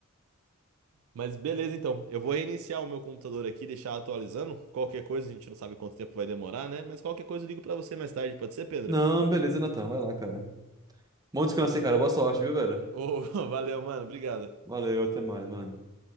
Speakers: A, on the right; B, on the right.
A: Mas beleza, então. Eu vou reiniciar o meu computador aqui, deixar atualizando. Qualquer coisa, a gente não sabe quanto tempo vai demorar, né? Mas qualquer coisa eu ligo pra você mais tarde, pode ser, Pedro?
B: Não, beleza, Natan, vai lá, cara. Bom descanso aí, cara. Boa sorte, viu, velho?
A: Ô, <laughs> valeu, mano, obrigado.
B: Valeu, até mais, mano.